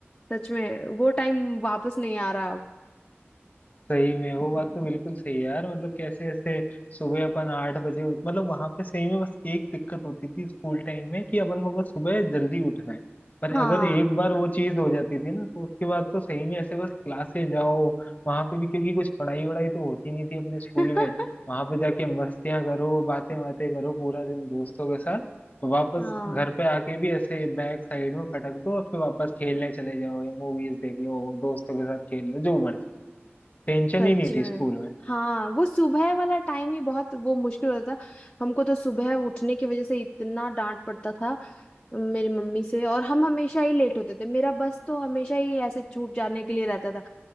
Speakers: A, on the left (about 20°); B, on the left (about 35°).
A: सच में वो टाइम वापस नहीं आ रहा अब
B: सही में वो बात तो बिल्कुल सही है यार मतलब कैसे ऐसे सुबह अपन आठ बजे मतलब वहां पे सही में बस एक दिक्कत होती थी स्कूल टाइम में कि अपन को बस सुबह जल्दी उठना है पर
A: हाँ
B: अगर एक बार वो चीज हो जाती थी ना तो उसके बाद तो सही में ऐसे बस क्लासे जाओ वहां पे भी क्योंकि कुछ पढ़ाई वढ़ाई तो होती नहीं थी अपने स्कूल
A: <laughs>
B: में वहां पे जाके मस्तियां करो बातें बातें करो पूरा दिन दोस्तों के साथ तो वापस
A: हाँ
B: घर पे आके भी ऐसे बैक साइड में पटक दो और फिर वापस खेलने चले जाओ या मूवीज देख लो दोस्तों के साथ खेल लो जो मर्जी टेंशन
A: सच
B: ही नहीं
A: में
B: थी स्कूल में
A: हाँ वो सुबह वाला टाइम ही बहुत वो मुश्किल होता था हमको तो सुबह उठने की वजह से इतना डांट पड़ता था मेरी मम्मी से और हम हमेशा ही लेट होते थे मेरा बस तो हमेशा ही ऐसे छूट जाने के लिए रहता था